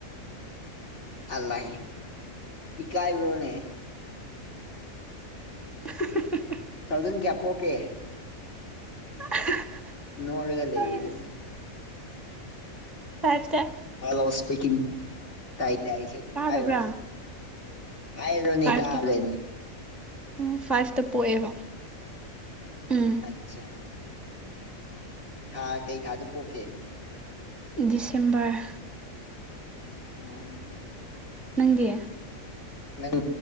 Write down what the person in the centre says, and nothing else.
<unintelligible>
<unintelligible>
ꯑꯁ ꯐꯥꯏꯚꯇ
ꯇꯥꯗꯕ꯭ꯔꯥ
ꯐꯥꯏꯚꯇ
ꯎꯝ ꯐꯥꯏꯚꯇ ꯄꯣꯛꯑꯦꯕ ꯎꯝ
ꯗꯤꯁꯦꯝꯕꯔ
ꯅꯪꯗꯤ